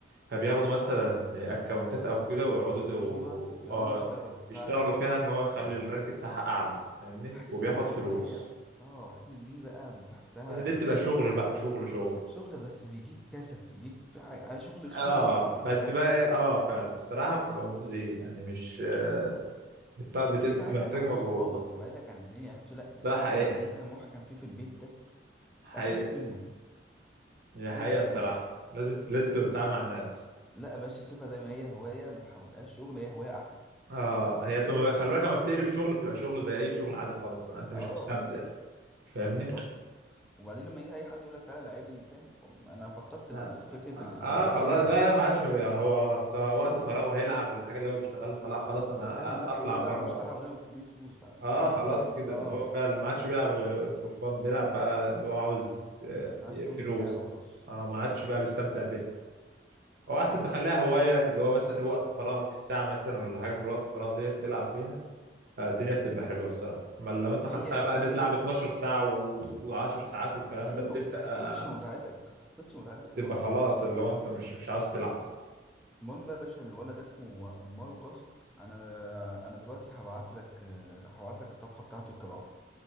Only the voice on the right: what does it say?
فبياخدوا مثلا اكونتات او كده ويقعدوا تو-
اه
يشتغلوا
فيها ان هو يخلي
الرانك بتاعها اعلى فاهمني
وبياخد
فلوس
بس دي بتبقى شغل بقى شغل شغل
اه
بس
بقى ايه اه فعلا الصراحة بتبقى مؤذية يعني مش آه، بت- بت-
بتحتاج
مجهود
ده حقيقة
حقيقة
هي حقيقة
الصراحة
لازم لازم تبقى بتتعامل مع الناس
اه هي بتبقى خلي بالك لما بتقلب شغل بتبقى شغل زي اي شغل عادي خالص بقى انت مش
مستمتع فاهمني
اه,
آه خلاص
لا لا
ما عادش يعني هو اصل هو وقت فراغه هيلعب بالحاجه اللي هو بيشتغلها فلا خلاص
انا
أ-
اطلع
بره
اه
خلاص
كده
ما هو فعلا ما عادش بيلعب فور فان بيلعب بقى اللي هو عاوز آه،
فلوس
اه ما
عادش بقى بيستمتع بيه هو احسن
تخليها هوايه اللي هو مثلا وقت فراغك الساعه مثلا ولا حاجه في الوقت الفراغ ديت تلعب فيها آه، الدنيا بتبقى حلوه الصراحه اما لو انت
خدتها بقى
إن أنت تلعب
12 ساعه و10 ساعات والكلام
ده بتبقى
آه،
بتبقى
خلاص اللي هو انت مش مش عاوز تلعب